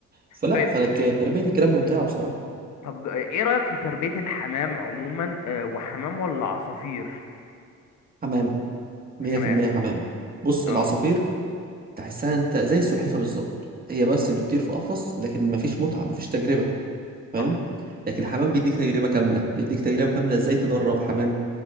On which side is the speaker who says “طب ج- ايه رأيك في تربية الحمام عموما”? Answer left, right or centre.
Left